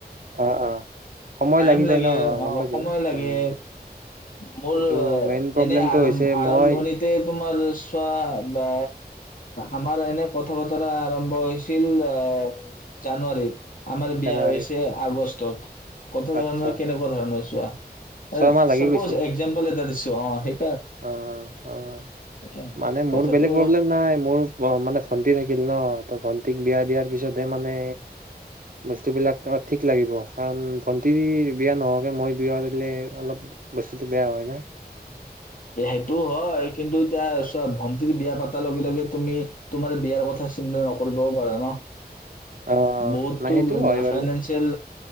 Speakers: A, on the right; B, on the left.
A: অ অ সময়
B: টাইম
A: লাগি
B: লাগে
A: যায় ন গম
B: অ
A: পাইছো
B: সময় লাগে
A: উম
B: মোৰ
A: এইটো মেইন প্ৰব্লেমটো
B: এনে আৰাম
A: হৈছে
B: আৰম্ভণিতে
A: মই
B: তোমাৰ চোৱা বা আমাৰ এনে কথা বতৰা আৰম্ভ হৈছিল আহ জানুৱাৰীত আমাৰ বিয়া
A: জানুৱাৰীত
B: হৈছে আগষ্ট যত কথা ধৰণৰ
A: আচ্ছা
B: কেনেকুৱা ধৰণৰ চোৱা চপ'জ
A: ছয়মাহ লাগি
B: চাপৌ'জ
A: গৈছে
B: একজাম্পল এটা দিছো অহ সেই
A: অ অ
B: এ,
A: মানে মোৰ
B: কথাটো
A: বেলেগ প্ৰব্লেম নাই মোৰ মানে ভন্টি থাকিল ন ত ভন্টিক বিয়া বিয়াৰ পিছতহে মানে বস্তুবিলাক ঠিক লাগিব কাৰণ ভন্টি বিয়া নহাকে মই বিয়া দিলে অলপ বস্তুটো বেয়া হয় ন
B: সেইটো হয় কিন্তু তাৰ চব ভন্টিৰ বিয়া পাতাৰ লগে লগে তুমি তোমাৰ বিয়াৰ কথা চিন্তা নকৰিবও পাৰা ন
A: অ
B: বহুততো
A: নাই সেইটো হয় বাৰু
B: ফাইনেন্সিয়েল